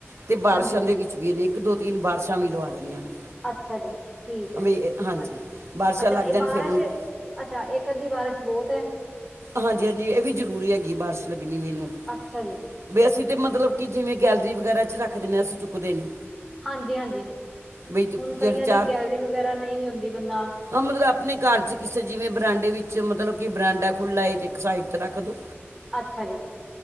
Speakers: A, on the right; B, in the centre.
A: ਤੇ ਬਾਰਿਸ਼ਾਂ
B: ਹਾਂਜੀ
A: ਦੇ ਵਿੱਚ ਵੀ, ਇੱਕ ਦੋ ਤਿੰਨ, ਬਾਰਿਸ਼ਾਂ ਵੀ ਲਵਾ ਦੇਣੀਆਂ ਨੇ।
B: ਅੱਛਾ ਜੀ ਠੀਕ ਹੈ,
A: ਵੀ ਇਹ- ਹਾਂਜੀ
B: ਅ
A: ਬਾਰਿਸ਼ਾਂ
B: ਅੱਛਾ
A: ਲੱਗ
B: ਇਹ
A: ਜਾਣ
B: ਬਾ।
A: ਫਿਰ
B: ਬਾਰਿਸ਼,
A: ਇਹਨੂੰ
B: ਅੱਛਾ, ਇੱਕ ਅੱਧੀ ਬਾਰਿਸ਼ ਬਹੁਤ ਏ।
A: ਹਾਂਜੀ -ਹਾਂਜੀ, ਇਹ ਵੀ, ਜ਼ਰੂਰੀ ਹੈਗੀ ਬਾਰਿਸ਼ ਲੱਗਣੀ ਞੀ ਐਨੂੰ।
B: ਅੱਛਾ ਜੀ।
A: ਵੀ, ਅਸੀਂ ਤਾਂ ਮਤਲਬ, ਕਿ ਜਿਵੇਂ ਗੈਲਰੀ ਵਗੈਰਾ ਵਿਚ ਰੱਖ ਦੇਿੰਦੇ ਹਾਂ। ਅਸੀਂ ਚੁੱਕਦੇ ਨਹੀਂ।
B: ਹਾਂਜੀ -ਹਾਂਜੀ
A: ਬਈ ਤੂੰ
B: ਹੁਣ
A: ਜਿਹੜੇ
B: ਕਈਆਂ ਦੀ
A: ਚਾਰ
B: ਗੈਲਰੀ ਵਗੈਰਾ ਨਹੀਂ ਵੀ ਹੁੰਂਦੀ। ਬੰਦਾ
A: ਹਾਂ, ਮਤਲਬ ਆਪਣੇ। ਘਰ ਚ, ਕਿਸੇ ਜਿਵੇਂ, ਬਰਾਂਡੇ ਵਿੱਚ ਮਤਲਬ ਕਿ ਬਰਾਂਡਾ ਖੁੱਲਾ ਹੈ, ਤੇ ਇੱਕ ਸਾਈਡ ਤੇ ਰੱਖ ਦੋ
B: ਅੱਛਾ ਜੀ।